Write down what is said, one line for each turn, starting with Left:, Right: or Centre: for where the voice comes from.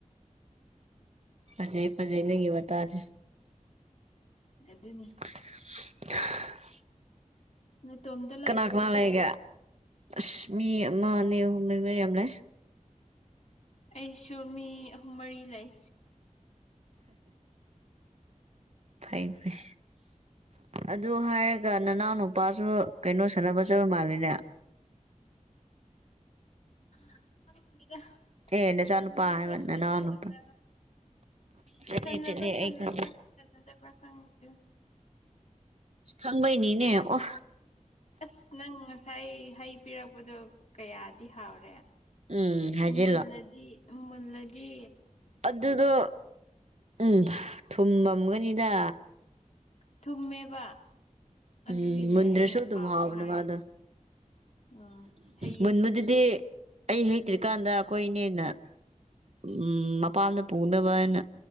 Right: ꯐꯖꯩ ꯐꯖꯩ ꯅꯪꯒꯤ ꯋꯥꯇꯥꯖꯦ
Left: ꯑꯗꯨꯅꯤ
Right: <unintelligible>
Left: ꯅꯇꯣꯝꯗ
Right: ꯀꯅꯥ ꯀꯅꯥ ꯂꯩꯒꯦ ꯑꯁ ꯃꯤ ꯑꯃ ꯑꯅꯤ ꯑꯍꯨꯝ ꯃꯌꯥꯝ ꯂꯩ
Left: ꯑꯩꯁꯨ ꯃꯤ ꯑꯍꯨꯝ ꯃꯔꯤ ꯂꯩ
Right: ꯐꯩ ꯐꯩ ꯑꯗꯨ ꯍꯥꯏꯔꯒ ꯑꯩꯒ ꯅꯅꯥꯎ ꯅꯨꯄꯥꯁꯨ ꯀꯩꯅꯣ ꯁꯥꯟꯅꯕꯖꯕ ꯃꯥꯜꯂꯦꯅꯦ
Left: <unintelligible>
Right: ꯑꯦ ꯅꯆꯥ
Left: ꯁꯥꯟꯅꯕ꯭ꯔ
Right: ꯅꯨꯄꯥ ꯍꯥꯏꯕ
Left: ꯁꯅ
Right: ꯅꯅꯥꯎ
Left: ꯑꯗꯨꯕ꯭ꯔꯥ
Right: ꯅꯨꯄꯥ ꯆꯠꯂꯦ
Left: ꯁꯥꯟꯅꯕ꯭ꯔ
Right: ꯆꯠꯂꯦ
Left: ꯁꯥꯟꯅꯕ꯭ꯔꯥ
Right: ꯑꯩ ꯈꯪꯉꯦ
Left: <unintelligible>
Right: ꯈꯪꯕꯩꯅꯤꯅꯦ ꯑꯣ
Left: ꯑꯁ ꯅꯪ ꯉꯁꯥꯏ ꯍꯩ ꯄꯤꯔꯛꯄꯗꯣ ꯀꯌꯥꯗꯤ ꯍꯥꯎꯔꯦ
Right: ꯎꯝ ꯍꯥꯏꯖꯤꯜꯂꯣ
Left: ꯃꯨꯜꯂꯗꯤ ꯃꯨꯝꯂꯗꯤ
Right: ꯑꯗꯨꯗꯣ ꯎꯝ ꯊꯨꯝꯃꯝꯒꯅꯤꯗ
Left: ꯊꯨꯝꯃꯦꯕ ꯑꯗꯨꯒꯤꯅꯦ
Right: ꯎꯝ ꯃꯨꯟꯗ꯭ꯔꯁꯨ
Left: ꯑꯩꯅ
Right: ꯗꯨꯝ
Left: ꯍꯥꯎꯔꯦ
Right: ꯍꯥꯥꯎꯕꯅ
Left: ꯍꯥꯏꯔꯤꯗꯣ
Right: ꯃꯥꯗ
Left: ꯎꯝ ꯍꯌꯦꯡ
Right: ꯃꯨꯟꯕꯗꯨꯗꯤ ꯑꯩ ꯍꯩꯇ꯭ꯔꯤꯀꯥꯟꯗ ꯑꯩꯈꯣꯏꯅꯦꯅ ꯎꯝ ꯃꯄꯥꯝꯗ ꯄꯨꯅꯕ ꯍꯥꯏꯅ